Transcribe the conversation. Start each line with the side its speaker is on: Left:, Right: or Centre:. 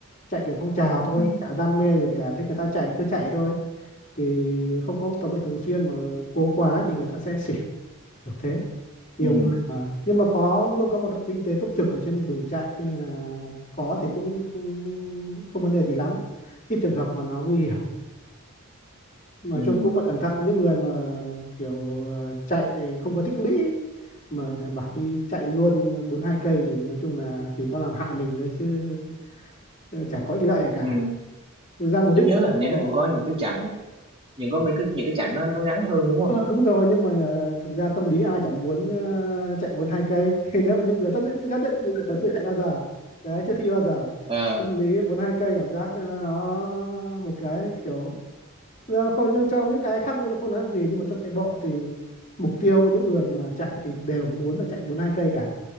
Left: chạy kiểu phong trào thôi
Right: ừ
Left: chả đam mê gì cả thích người ta chạy thì cứ chạy thôi thì không có tập luyện thường xuyên mà cố quá thì người ta sẽ xỉu kiểu thế nhiều
Right: ừ
Left: người mà nhưng mà có luôn có một đội kinh tế túc trực ở trên đường chạy nên là có thì cũng, cũng không vấn đề gì lắm ít trường hợp mà nó nguy hiểm mà
Right: ừ ừ
Left: chung cũng phải
Right: ừ
Left: cẩn thận những người mà kiểu ờ, chạy không có tích lũy mà đã bảo đi chạy luôn bốn mươi hai cây thì nói chung là chỉ có làm hại mình thôi chứ ờ, chả có ích lợi gì cả
Right: ừ ừ
Left: thực ra mục
Right: tôi
Left: đích
Right: nhớ
Left: của
Right: là
Left: chạy
Right: hình như
Left: bộ
Right: nó cũng có những cái chặng nhưng có mấy cái những cái chặng nó nó ngắn hơn đúng không
Left: Ờ, đúng rồi nhưng mà ờ, thực ra tâm lý ai chẳng muốn ờ, chạy bốn hai cây <laughs> nếu mà những người tất nhiên nhất định người còn chưa chạy bao giờ đấy chưa thi bao giờ
Right: ờ
Left: tâm lý bốn hai cây cảm giác nó, nó một cái kiểu nó không nhưng trong những cái khác nó không nói làm gì nhưng mà trong chạy bộ thì mục tiêu của những người mà chạy thì đều muốn là chạy bốn hai cây cả